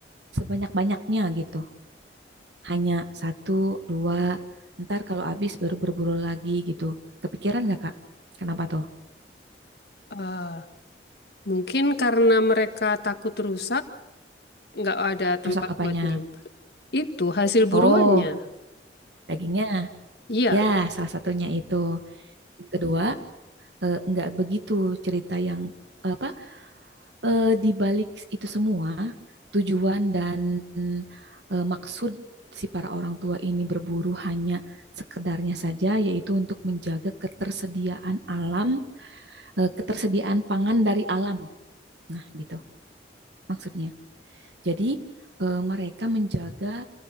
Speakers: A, on the right (about 80°); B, on the left (about 60°).
A: sebanyak-banyaknya gitu. Hanya satu, dua, ntar kalau habis baru berburu lagi gitu. Kepikiran nggak Kak? Kenapa tuh?
B: Eh, mungkin karena mereka takut rusak, nggak ada tempat
A: Rusak apanya?
B: buat nyimpen. Itu hasil
A: Oh,
B: buruannya.
A: dagingnya.
B: Iya.
A: Ya, salah satunya itu. Yang kedua, eh, nggak begitu cerita yang apa eh, di balik itu semua, tujuan dan eh, maksud si para orang tua ini berburu hanya sekedarnya saja, yaitu untuk menjaga ketersediaan alam, eh, ketersediaan pangan dari alam. Nah, gitu maksudnya. Jadi, eh, mereka menjaga